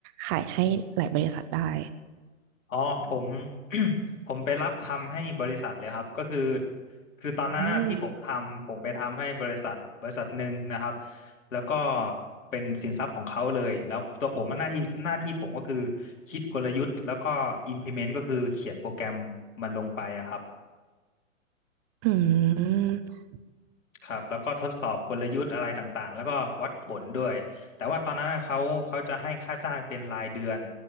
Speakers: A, on the right; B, on the left.
A: ขายให้หลายบริษัทได้
B: อ๋อผม <clears throat> ผมไปรับทำให้บริษัทเลยครับก็คือคือตอนนั้นน่ะที่ผมทำผมไปทำให้บริษัทบริษัทหนึ่งนะครับ
A: อืม
B: แล้วก็เป็นสินทรัพย์ของเขาเลยแล้วตัวผมอะหน้าที่หน้าที่ผมก็คือคิดกลยุทธ์แล้วก็ implement ก็คือเขียนโปรแกรมมันลงไปอะครับ
A: อืม
B: ครับแล้วก็ทดสอบกลยุทธ์อะไรต่างๆแล้วก็วัดผลด้วยแต่ว่าตอนนั้นน่ะเขาเขาจะให้ค่าจ้างเป็นรายเดือน